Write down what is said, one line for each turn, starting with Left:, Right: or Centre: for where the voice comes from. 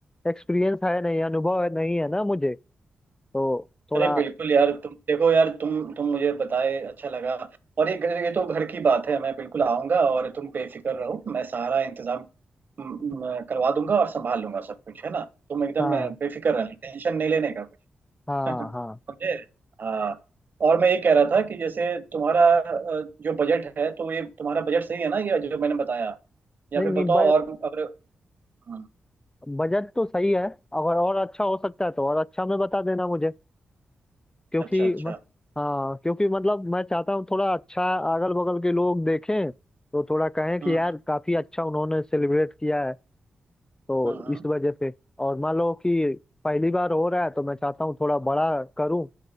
Left: एक्सपीरियंस है नहीं अनुभव है नहीं है ना मुझे तो थोड़ा
Right: अरे बिल्कुल यार तुम देखो यार तुम तुम मुझे बताए अच्छा लगा और ये घर- ये तो घर की बात है मैं बिल्कुल आऊंगा और तुम बेफिक्र रहो मैं सारा इंतजाम म, म, करवा दूंगा और संभाल लूंगा सब कुछ है ना तुम एकदम
Left: हाँ
Right: अ, बेफिक्र रहना टेंशन नहीं लेने का
Left: हाँ
Right: <laughs>
Left: हाँ
Right: समझे हाँ और मैं ये कह रहा था कि जैसे तुम्हारा अ, जो बजट है तो ये तुम्हारा बजट सही है ना ये जो मैंने बताया या
Left: नहीं
Right: फिर बताओ
Left: नहीं
Right: और अगर हम्म,
Left: बजट तो सही है अगर और अच्छा हो सकता है तो और अच्छा में बता देना मुझे क्योंकि
Right: अच्छा अच्छा
Left: मत हाँ क्योंकि मतलब मैं चाहता हूँ थोड़ा अच्छा अगल बगल के लोग देखें तो थोड़ा कहें कि
Right: हम्म
Left: यार काफी अच्छा उन्होंने सेलिब्रेट किया है तो
Right: हम्म हम्म,
Left: इस वजह से और मान लो कि पहली बार हो रहा है तो मैं चाहता हूँ थोड़ा बड़ा करूँ